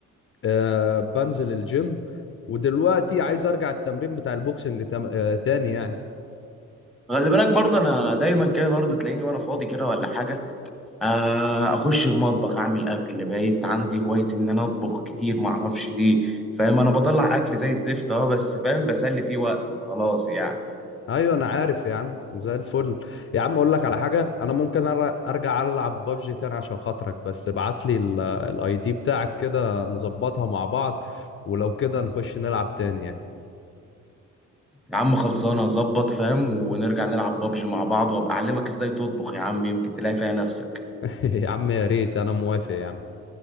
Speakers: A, on the left; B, in the centre.
A: آه، بنزل الجيم ودلوقتي عايز ارجع التمرين بتاع البوكسنج تم... آه، تاني يعني
B: خلي بالك برضه انا دايما كده برضه تلاقيني وانا فاضي كده ولا حاجه آه، اخش المطبخ اعمل اكل بقيت عندي هوايه ان انا اطبخ كتير ما اعرفش ليه فاهم انا بطلع اكل زي الزفت اه بس فاهم بسلي فيه وقت وخلاص يعني
A: ايوه انا عارف يا عم زي الفل يا عم اقول لك على حاجه انا ممكن أر- ارجع العب بابجي تاني عشان خاطرك بس ابعت لي الاي دي بتاعك كده نظبطها مع بعض ولو كده نخش نلعب تاني يعني
B: يا عم خلصانه هظبط فاهم ونرجع نلعب بابجي مع بعض وابقى اعلمك ازاي تطبخ يا عم يمكن تلاقي فيها نفسك
A: <laughs> يا عم يا ريت انا موافق يا عم